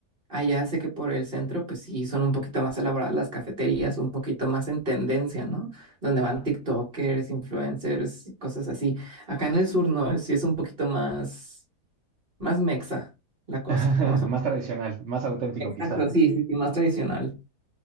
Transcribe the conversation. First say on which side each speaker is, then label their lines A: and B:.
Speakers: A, on the right; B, on the right.
A: allá sé que por el centro, pues sí, son un poquito más elaboradas las cafeterías, un poquito más en tendencia, ¿no? Donde van TikTokers, influencers, cosas así. Acá en el sur no, es- sí es un poquito más, más mexa la cosa.
B: <laughs>
A: Vamos a
B: más
A: poner.
B: tradicional, más auténtico
A: Exacto,
B: quizá.
A: sí, sí, sí, más tradicional.